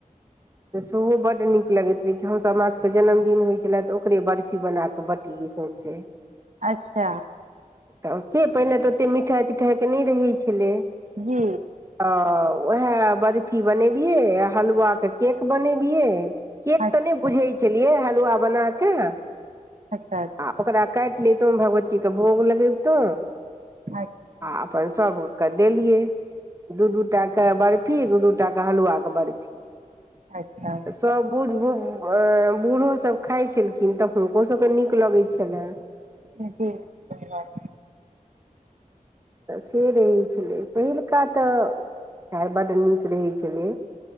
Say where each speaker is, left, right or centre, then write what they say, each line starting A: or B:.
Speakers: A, on the right; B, on the right.
A: तऽ सुू ब बड नीक लगैत रहे छै हमस हमरा सबके के जन्मदिन होय छले तऽ ओकरे बर्फी बना क बटीेली सौंसे <inaudible>
B: अच्छा
A: तऽ के पहिनेे तऽ ओते मिठाइ तिठाइ के नहि रहै छलै
B: जी
A: ओ ओएह बर्फी बनेबियै आ हलुआके केक बनेबियै केक
B: अच्छा
A: तऽ नहि बुझै छलियै हलुआ बना कऽ
B: अच्छा अच्छा
A: आ ओकरा काटि लेतहु भगवतीके भोग लगेबितहुँ
B: अच्छ
A: ह अपनस क देलियै दू दूटा के बर्फी दू दूटा के हलुआ के बर्फी
B: अच्छा
A: सभ बुढ़ु बूढ़ो सभ खाई छलखिन तऽ हुनको सभके नीक लगै छलनि
B: जी धन्यवाद
A: तऽ से रहैत छलै पहिलुका तऽ खैर बड्ड नीक रहै छलै